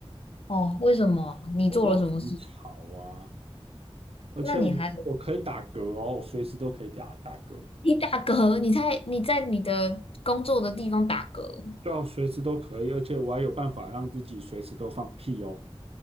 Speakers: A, on the left; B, on the right.
A: 哦，为什么？你做了什么事？
B: 我就很吵啊，而且我我可以打嗝哦，
A: 那你还有
B: 我随时都可以打打嗝，
A: 你打嗝？你在你在你的工作的地方打嗝，
B: 对啊，我随时都可以，而且我还有办法让自己随时都放屁哦，